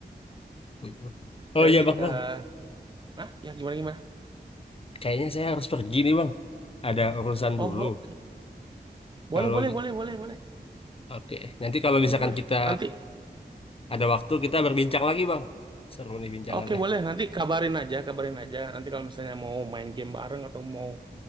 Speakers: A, on the left; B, on the right.
A: Mm. Oh
B: jadi
A: iya bang, bang.
B: eh ah ya gimana gimana
A: Kayaknya saya harus pergi nih bang. Ada urusan
B: oh
A: dulu.
B: oh, oke. boleh
A: Kalau
B: boleh boleh boleh boleh
A: oke, nanti kalau
B: boleh
A: misalkan
B: boleh
A: kita
B: nanti
A: ada waktu kita berbincang lagi bang. Seru nih bincangannya.
B: oke boleh nanti kabarin aja kabarin aja nanti kalau misalnya mau main game bareng atau mau